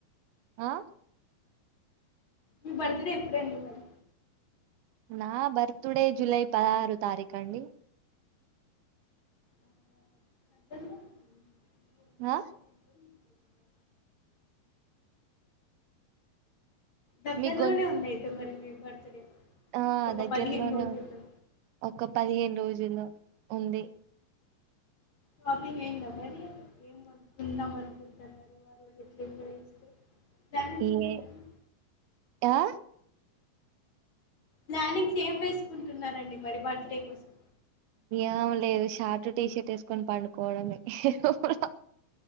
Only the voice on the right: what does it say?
ఆ
నా బర్త్ డే జులై పదహారు తారీఖు అండి
అ
మీ గొంతు
ఆ
దగ్గరలోనే
ఉం ఒక పదిహేను రోజుల్లో ఉంది.
ఏ
ఆ
ఏం లేదు షార్ట్ టీ షర్ట్ వేసుకొని పండుకోవడమే రూమ్ లో